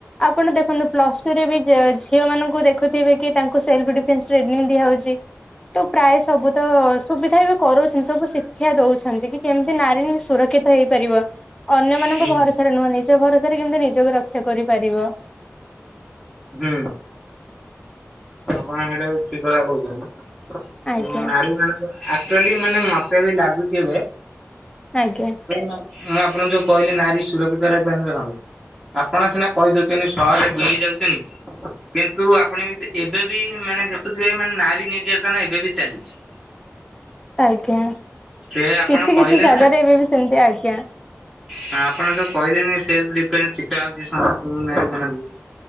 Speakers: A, on the left (about 15°); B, in the centre.
A: ଆପଣ ଦେଖନ୍ତୁ ପ୍ଲସ ଟୁରେ ବି ଝିଅ ମାନଙ୍କୁ ଦେଖୁଥିବେ କି ତାଙ୍କୁ ସେଲ୍ଫ ଡିଫେନ୍ସ ଟ୍ରେନିଂ ଦିଆହେଉଛି। ତ ପ୍ରାୟ ସବୁ ତ ସୁବିଧା ବି କରୁ ସବୁ ଶିକ୍ଷା ଦଉଛନ୍ତି କି କେମିତି ନାରୀ। ସୁରକ୍ଷିତ ହେଇପାରିବ ଅନ୍ୟମାନାନଙ୍କ
B: ହୁଁ
A: ଭରସାରେ ନୁହେଁ ନିଜ ଭରସାରେ କେମିତି ନିଜକୁ ରକ୍ଷା କରିପାରିବୋ।
B: ହୁଁ। ଆପଣ ସେଇଟା ବି ଠିକ୍ କଥା କହୁଛନ୍ତି
A: ଆଜ୍ଞା।
B: ନାରୀ ମାନଙ୍କ ଆକ୍ଚୁଆଲି ମାନେ ମତେ ବି ଲାଗୁଛି ଏବେ।
A: ଆଜ୍ଞା।
B: ମୁଁ ଆପଣଙ୍କୁ ଯୋଉ କହିଲି ନାରୀ ସୁରକ୍ଷିତ ରହିପାରନି ଦେଖନ୍ତୁ। ଆପଣ ସିନା କହିଦଉଛନ୍ତି ସହରରେ ବୁଲି ଯାଉଛନ୍ତି କିନ୍ତୁ ଆପଣ ବି। ଏବେ ବି ମାନେ ଦେଖୁଥିବେ ମାନେ ନାରୀ ନିର୍ଯାତନା ଏବେ ବି ଚାଲିଛି
A: ଆଜ୍ଞା
B: ସେ ଆପଣ
A: କିଛି
B: କହିଲେ
A: କିଛି ଜାଗାରେ ଏବେ ବି ସେମିତି ଆଜ୍ଞା।
B: ହଁ ଆପଣ ଯୋଉ କହିଲେନି ସେଲ୍ଫ ଡିଫେନ୍ସ ଶିଖା ହଉଛି ସମସ୍ତଙ୍କୁ ନାରୀ ମାନକୁ।